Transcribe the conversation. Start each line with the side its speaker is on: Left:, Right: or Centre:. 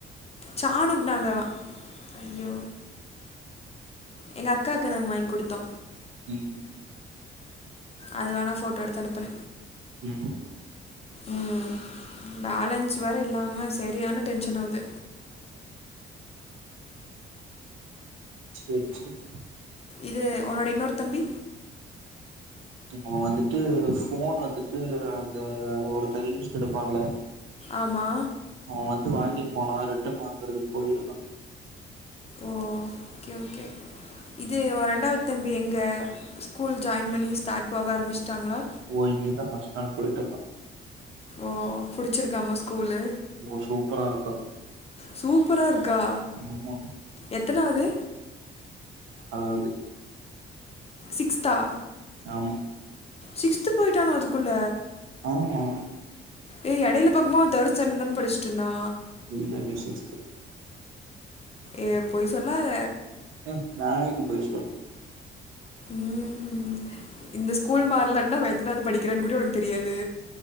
Left: சானுக் நாங்க ஐயோ எங்க அக்காக்கு நாங்க வாங்கி குடுத்தோ
Right: ம்
Left: அதுவணா ஃபோட்டோ எடுத்து அனுப்புற
Right: ம்
Left: ம் பலன்ஸ் வேற இல்லாம சரியான டென்ஷன் ஆவுது
Right: சேர் சேர்
Left: இது உன்னோடய இன்னொரு தம்பி
Right: அவ வந்துட்டு ஒரு ஃபோன் வந்துட்டு அந்த ஒருத்த ரீல்ஸ் எடுப்பால்ல
Left: ஆமா
Right: அவ வந்து வாங்கிட் போனா ரிட்டன் வாங்குறதுக்கு போயிருக்கா
Left: ஓ ஓகே ஓகே இது ஓ ரெண்டாவது தம்பி எங்க ஸ்கூல் ஜாய்ன் பண்ணி ஸ்டார்ட் போக ஆரமிச்டாங்களா
Right: ஓ இன்னிக்தா ஃபஸ்ட் நாள் போய்ட்ருக்கா
Left: ஓ புடுச்சிருக்காமா ஸ்கூலு
Right: ஓ சூப்பரா இருக்கா
Left: சூப்பராருக்கா
Right: ஆமா
Left: எத்தனாது
Right: அதாவது
Left: சிக்ஸ்தா
Right: ஆமா
Left: சிக்ஸ்த்து போய்ட்டான அதுக்குள்ள
Right: ஆமா
Left: ஏ எடைல பாக்கு போது அவ தேடு ஸ்டண்டர் தான படிச்சிட்ருந்தா
Right: இல்ல இல்ல சிக்ஸ்த்
Left: ஏ பொய் சொல்லாத
Right: ய நா எதுக்கு பொய் சொல்ற
Left: ம் ம் இந்த ஸ்கூல் மாரலன்னா அவ எத்தனாவது படிக்கிறான்னு கூட ஒனக்கு தெரியாது